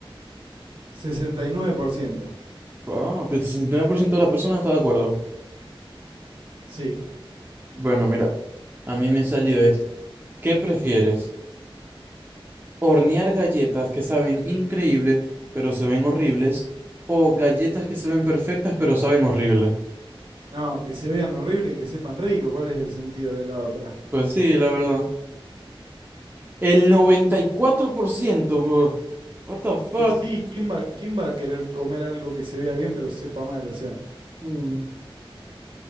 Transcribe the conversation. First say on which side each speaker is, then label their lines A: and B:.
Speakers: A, on the right (about 65°); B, on the right (about 20°).
A: 69%.
B: Ah, pero el 69% de las personas está de acuerdo.
A: Sí.
B: Bueno, mira. A mí me salió este. ¿Qué prefieres? ¿Hornear galletas que saben increíble, pero se ven horribles? ¿O galletas que se ven perfectas, pero saben horrible?
A: No, que se vean horrible y que sepan rico. ¿Cuál es el sentido de la otra?
B: Pues sí, la verdad. El 94%, bro. What the fuck?
A: Y sí, ¿quién va, quién va a querer comer algo que se vea bien pero sepa mal? O sea,
B: Mm.